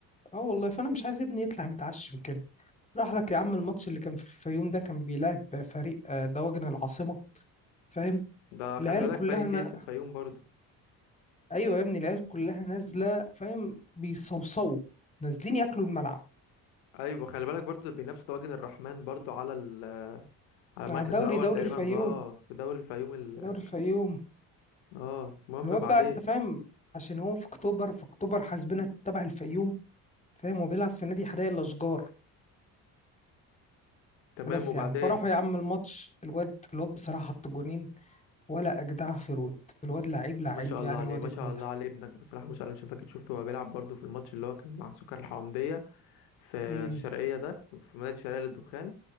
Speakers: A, on the left; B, on the left.
A: اه والله فانا مش عايز ابني يطلع متعشم كده راح لك يا عم الماتش اللي كان في الفيوم ده كان بيلعب فريق آه، دواجن العاصمه فاهم
B: ده خلي
A: العيال
B: بالك
A: كلها
B: فريق
A: انا
B: تقيل في الفيوم برضه
A: ايوه يا ابني العيال كلها نازله فاهم بيصوصوا نازلين ياكلوا الملعب
B: ايوه خلي بالك برضو بينافس طواجن الرحمن برضو على ال... على المركز
A: على الدوري
B: الاول
A: دوري
B: تقريبا
A: الفيوم
B: اه في دوري الفيوم ال...
A: دوري الفيوم
B: اه المهم
A: الواد
B: بعدين
A: بقى انت فاهم عشان هو في اكتوبر في اكتوبر حاسبنا تبع الفيوم فاهم هو بيلعب في نادي حدائق الاشجار
B: تمام
A: بس
B: وبعدين
A: يا عم فرحوا يا عم الماتش الواد الواد بصراحه حط جونين ولا اجدع في رود الواد لعيب لعيب
B: ما شاء
A: يعني
B: الله عليه
A: الواد
B: ما
A: ابن
B: شاء الله
A: ده
B: عليه ابنك بصراحه ما شاء الله مش فاكر شفته هو بيلعب برضو في الماتش اللي هو كان مع السكر الحومديه في الشرقيه
A: امم
B: ده في مدينه الشرقيه للدخان